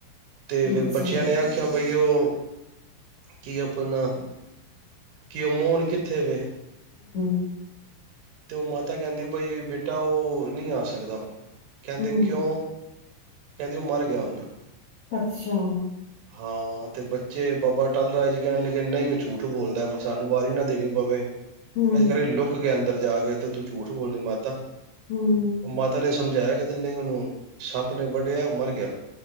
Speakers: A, on the right (about 75°); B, on the left (about 50°).
A: ਤੇ, ਫੇਰ
B: ਅੱਛਾ,
A: ਬੱਚਿਆਂ ਨੇ ਆਖਿਆ ਬਈ ਉਹ, ਕੀ ਆਪਨਾ, ਕਿ ਉਹ ਮੋਹਨ ਕਿੱਥੇ ਵੇ
B: ਹਮ <unintelligible>
A: ਤੇ ਉਹ ਮਾਤਾ ਕਹਿੰਦੀ, ਬੇਟਾ ਉਹ ਨਹੀਂ ਆ ਸਕਦਾ ਹੁਣ, ਕਹਿੰਦੇ
B: ਹੂੰ,
A: ਕਿਉਂ ਕਹਿੰਦੀ, ਉਹ ਮਰ ਗਿਆ ਹੁਣ
B: ਅੱਛਾ
A: ਹਾਂ, ਤੇ ਬੱਚੇ ਬਾਬਾ ਟੱਲ ਰਾਏ ਜੀ ਕਹਿਣ ਲਗੇ, ਨਹੀਂ ਉਹ ਝੂਠ ਬੋਲਦਾ ਸਾਨੂੰ ਵਾਰੀ ਨਾ ਦੇਣੀ ਪਵੇ
B: ਹੂੰ,
A: ਇਸ ਕਰਕੇ ਲੁੱਕ ਗਿਆ ਅੰਦਰ ਜਾ ਗਏ ਤਾਂ ਤੂੰ ਝੂਠ ਬੋਲ ਰਹੀ ਏ ਮਾਤਾ ੳਹ
B: ਹੂੰ,
A: ਮਾਤਾ ਨੇ ਸਮਝਾਇਆ ਕਹਿੰਦੇ ਨਹੀਂ ਉਹਨੂੰ ਸੱਪ ਨੇ ਵੱਡਿਆ ਉਹ ਮਰ ਗਿਆ।